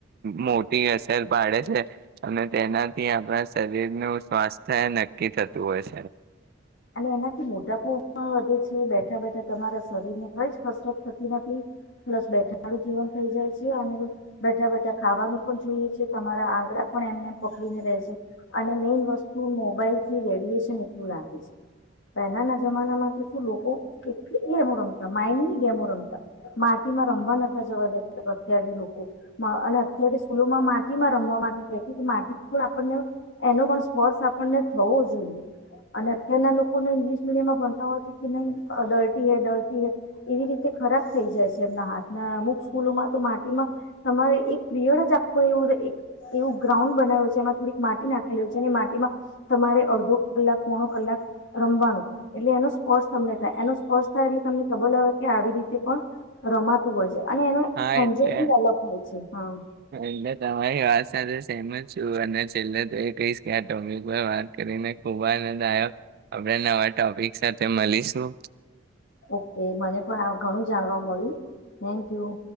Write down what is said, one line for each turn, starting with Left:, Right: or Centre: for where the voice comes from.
Right: મોટી અસર પાડે છે અને તેનાથી આપણા શરીરનું સ્વાસ્થ્ય નક્કી થતું ું હોય છે
Left: અને એનાથી મોટાપ પણ વધે છે બેઠા બેઠા તમારા શરીરને કઈ જ કસરત થતી નથી પ્લસ બેઠાનુંું જીવન થઈ જાય છે અને બેઠા બેઠા ખાવાનું પણ જોઈએ છે તમારા આંગડા પણ એમને પકડીને રહે છે અને મેઈન વસ્તુ મોબાઈલ થી રેડિયશન એટલું લાગે છે પહેલાના જમાનામાં તો શું લોકો કેટલી ગેમો રમતા માઇન્ડ ની ગેમો રમતા માટીમાં રમવા નતા જવા દેતા અત્યારે લોકો અને અત્યારે સ્કૂલોમાં માટીમાં રમવા માટે કતી કે માટી પણ આપણને એનો પણ સ્પર્શ આપણને થવો જોઈએ અને ત્યાંના લોકોને ઇંગ્લિશ મીડિયમમાં ભણતા હોથી કે નહીં ડરટી હૈ ડરટી હૈ એવી રીતે ખરાબ થઈ જાય છે એમના હાથના અમુક સ્કૂલોમાં તો માટીમાં તમારે એક પીરિયડ જ આખું એવું એક એવું ગ્રાઉન્ડ બનાવ્યું છે એમાં થોડીક માટી નાખેલીું છે અને માટીમાં તમારે અડધો કલાક પોણો કલાક રમવાનું એટલે એનો સ્પર્શ તમને થાય એનો સ્પર્શ થાય એટલે તમને ખબર લાવે કે આવી રીતે પણ રમાતું હોય છે અને એનો
Right: હા
Left: એન્જોય
Right: એટલે
Left: બી અલગ હોય છે હા
Right: એટલે તમારી વાત સાથે સહેમત છું અને છેલ્લે તો એ કહીશ કે આ ટોપિક પર વાત કરીને ખુબ આનંદ આવ્યો આપણે નવા ટોપિક સાથે મળીશું
Left: ઓકે મને પણ ઘણું જાણવા મળ્યું થેન્ક યુ